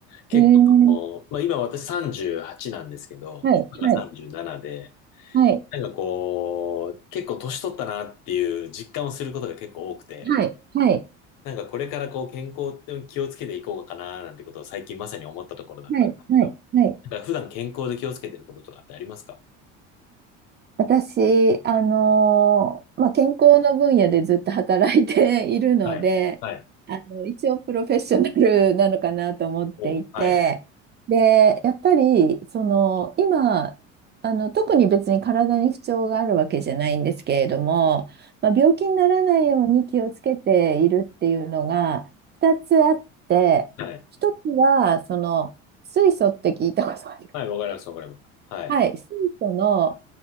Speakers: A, on the left; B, on the right.
A: 結構こう、
B: えー、
A: まあ今私38なんですけど、
B: はい、
A: 妻が37で、
B: はい、はい、
A: なんかこう、結構年取ったなっていう実感をすることが結構多くて、
B: はい、はい、
A: なんかこれからこう健康って気をつけていこうかななんてことを最近まさに思ったところだったんですけど、
B: はい、はい、はい。あ、
A: なんか普段健康で気をつけてることとかってありますか
B: 私、あのーまあ、健康の分野でずっと働いているので、
A: はい。はい。
B: あの、一応プロフェッショナルなのかなと思っていて、
A: お、はい。
B: で、やっぱり、その、今、あの、特に別に体に不調があるわけじゃないんですけれども、まあ、病気にならないように気をつけているっていうのが2つあって、
A: はい。
B: 一つは、その、水素って聞いたことあります
A: はい、わかります、わかります。はい。
B: はい、水素の、